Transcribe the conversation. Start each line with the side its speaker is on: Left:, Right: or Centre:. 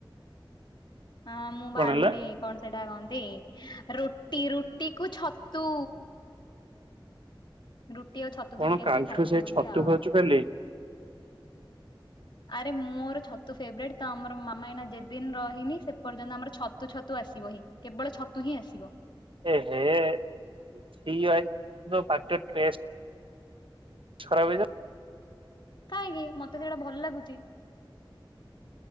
Left: ଅଁ ମୁଁ ବାଣ୍ଡି
Right: କଣ ହେଲା
Left: କଣ ସେଟା କହନ୍ତି ରୁଟି ରୁଟି କୁ ଛତୁ। ରୁଟି ଆଉ ଛତୁ
Right: କଣ
Left: ଧରିକି ଆସିଲି
Right: କାଲିଠୁ
Left: ଖାଇବି
Right: ସେ
Left: ବୋଲି
Right: ଛତୁ
Left: ଆଉ।
Right: ଖାଉଛୁ କାଲି
Left: ଆରେ ମୋର ଛତୁ ଫେବରାଇଟ ତ ଆମର ମାମା ଏଇନା ଯେଦିନ ରହିନି। ଏପର୍ଯ୍ୟନ୍ତ ଆମର ଛତୁ ଛତୁ ଆସିବ ହିଁ କେବଳ ଛତୁ ହିଁ ଆସିବ।
Right: ଏହେ <inaudible> ତୋପାଟୀର ଟେଷ୍ଟେ ଖରାପ ହେଇ ଯାଉନି।
Left: କାହିଁକି ମତେ ସେଇଟା ଭଲ ଲାଗୁଛି।